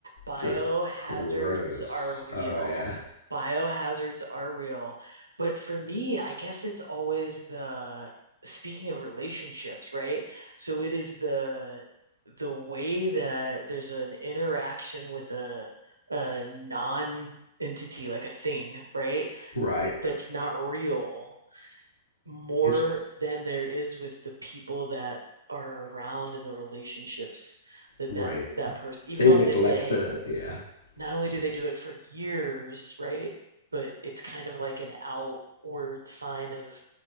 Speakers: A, on the right; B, on the left.
A: biohazards
B: just gross.
A: are real.
B: Oh yeah,
A: Biohazards are real. But for me, I guess it's always the speaking of relationships, right? So it is the the way that there's an interaction with a a non-entity, like a thing, right?
B: right.
A: That's not real more
B: It's
A: than there is with the people that are around and the relationships that
B: right.
A: that that person even
B: They
A: on
B: neglect
A: the day
B: the yeah.
A: not only do
B: It's
A: they do it for years, right? But it's kind of like an outward sign of